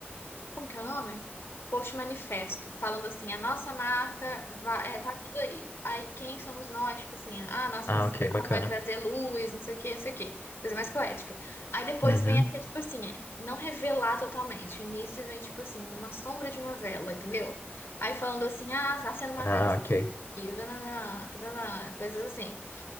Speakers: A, on the left (about 80°); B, on the left (about 65°).
A: como que é o nome? Post manifesto, falando assim, a nossa marca vai, é, tá tudo aí. Aí quem somos nós? Tipo assim, ah, a nossa
B: Ah,
A: missão
B: ok, bacana.
A: é trazer luz, não sei o quê, não sei o quê. Coisa mais poética. Aí depois
B: Uhum.
A: vem aqui, tipo assim, é, não revelar totalmente. O início vem, tipo assim, uma sombra de uma vela, entendeu? Aí falando assim, ah, tá sendo uma
B: Ah,
A: vela
B: ok,
A: e tananã, tananã, coisas assim.